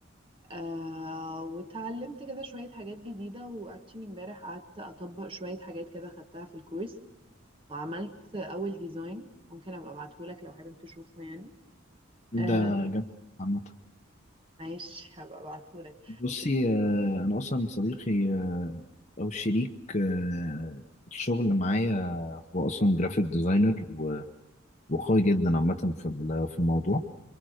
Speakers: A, on the right; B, on the left.
A: آه واتعلمت كده شوية حاجات جديدة وأكتشلي امبارح قعدت أطبق شوية حاجات كده خدتها في الكورس وعملت أول ديزاين ممكن أبقى أبعتهولك لو حابب تشوفه يعني آه
B: ده جامد عامة
A: ماشي هبقى أبعتهولك
B: بصي آه، أنا أصلا صديقي آه، أو شريك آه، الشغل معايا هو أصلا جرافيك ديزاينر وقوي جدا عامة في ال- في الموضوع